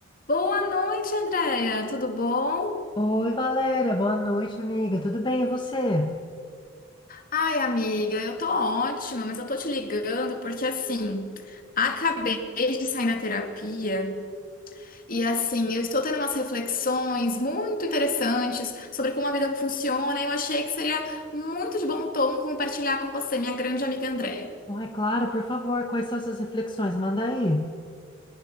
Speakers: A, on the left; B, on the left.
A: Boa noite, Andréia. Tudo bom?
B: Oi, Valéria, boa noite, amiga. Tudo bem, e você?
A: Ai, amiga, eu tô ótima, mas eu tô te ligando porque assim, acabei de sair da terapia e assim, eu estou tendo umas reflexões muito interessantes sobre como a vida funciona e eu achei que seria muito de bom tom compartilhar com você, minha grande amiga Andréia.
B: Ai, claro, por favor, quais são essas reflexões? Manda aí.